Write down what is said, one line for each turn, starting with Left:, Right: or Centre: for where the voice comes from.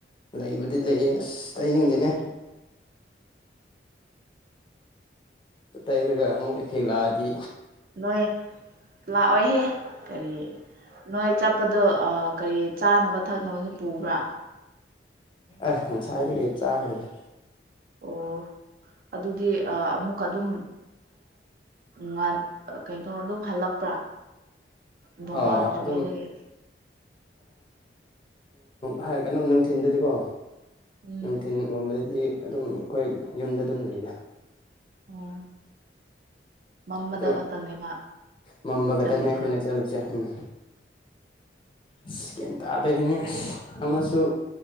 Left: ꯂꯩꯕꯨꯗꯤ ꯂꯩꯌꯦ ꯑꯁ ꯇꯩꯅꯤꯡꯗꯦꯅꯦ ꯇꯩꯔꯒ ꯑꯃꯨꯛ ꯑꯩꯈꯩ ꯂꯛꯑꯗꯤ
Right: ꯅꯣꯏ ꯂꯥꯛꯑꯣꯍꯦ ꯀꯔꯤ ꯅꯣꯏ ꯆꯠꯄꯗꯣ ꯀꯔꯤ ꯆꯥꯅꯕ ꯊꯛꯅꯕꯁꯨ ꯄꯨꯕ꯭ꯔꯥ
Left: ꯑꯦ ꯉꯁꯥꯏꯗꯒꯤ ꯆꯥꯈ꯭ꯔꯦꯗ
Right: ꯑꯣ ꯑꯗꯨꯗꯤ ꯑꯃꯨꯛꯀ ꯑꯗꯨꯝ ꯉꯥꯟ ꯀꯩꯅꯩꯅꯣ ꯑꯗꯨꯝ ꯍꯜꯂꯛꯄ꯭ꯔꯥ ꯅꯣꯡꯉꯥꯟꯗ꯭ꯔꯤꯉꯩꯗꯒꯤ
Left: ꯑ ꯑꯗꯨꯝ ꯍꯥꯏ ꯀꯩꯅꯣ ꯅꯨꯡꯊꯤꯤꯟꯗꯗꯤꯀꯣ
Right: ꯎꯝ
Left: ꯅꯨꯡꯊꯤꯤꯟꯒꯨꯝꯕꯗꯗꯤ ꯑꯗꯨꯝ ꯑꯩꯈꯣꯏ ꯌꯨꯝꯗ ꯑꯗꯨꯝ ꯂꯩꯔꯦ
Right: ꯑꯣ ꯃꯝꯕꯗ
Left: ꯑꯗꯨ
Right: ꯈꯛꯇꯪꯅꯦꯕ
Left: ꯃꯝꯕ ꯈꯛꯇꯅꯦ
Right: ꯆꯠꯂꯤꯁꯦ
Left: ꯑꯩꯈꯣꯏꯅ ꯆꯠꯂꯤꯁꯦ ꯎꯝ
Right: <unintelligible>
Left: ꯆꯀꯦꯟ ꯇꯥꯗꯣꯏꯔꯤꯅꯦ ꯑꯃꯁꯨ